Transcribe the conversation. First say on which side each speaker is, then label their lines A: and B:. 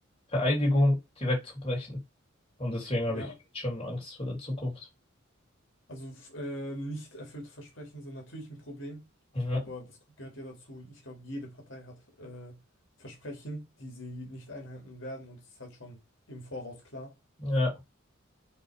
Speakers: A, on the left (about 25°); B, on the left (about 65°).
A: Vereidigung direkt zu brechen. Und deswegen habe
B: Ja,
A: ich schon Angst vor der Zukunft.
B: Also f- äh, nicht erfüllte Versprechen sind natürlich ein Problem,
A: Ja,
B: aber das gehört ja dazu. Ich glaube, jede Partei hat äh, Versprechen, die sie nicht einhalten werden und es ist halt schon im Voraus klar.
A: ja,